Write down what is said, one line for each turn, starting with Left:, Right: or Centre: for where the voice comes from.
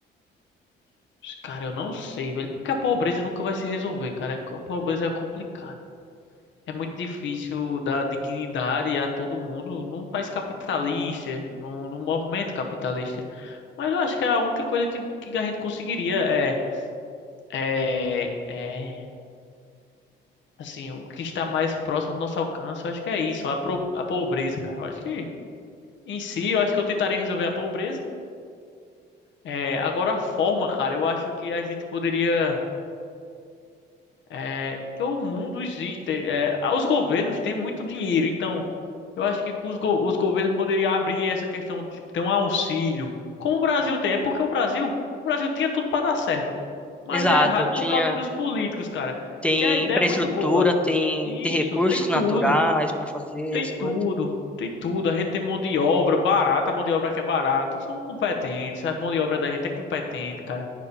Left: Cara, eu não sei, velho. Porque a pobreza nunca vai se resolver, cara. A pobreza é complicada. É muito difícil dar dignidade a todo mundo num país capitalista, num, num movimento capitalista. Mas eu acho que a única coisa que, que a gente conseguiria é, é, é, assim, o que está mais próximo do nosso alcance, eu acho que é isso, a, pro, a pobreza, cara. Eu acho que, em si, eu acho que eu tentaria resolver a pobreza. É, agora, a forma, cara, eu acho que a gente poderia. É, que o mundo existe. É, os governos têm muito dinheiro, então. Eu acho que os, go- os governos poderiam abrir essa questão de tipo, ter um auxílio. Como o Brasil tem, é porque o Brasil, o Brasil tinha tudo para dar certo, mas
Centre: Exato,
Left: dá errado
Centre: tinha,
Left: por causa dos políticos, cara.
Centre: tem
Left: Que a ideia
Centre: infraestrutura,
Left: é muito boa.
Centre: tem,
Left: Isso,
Centre: tem recursos
Left: tem
Centre: naturais
Left: tudo,
Centre: para fazer
Left: tem
Centre: as coisas.
Left: tudo, tem tudo. A gente tem mão de obra barata, a mão de obra que é barata. Somos competentes, a mão de obra da gente é competente, cara.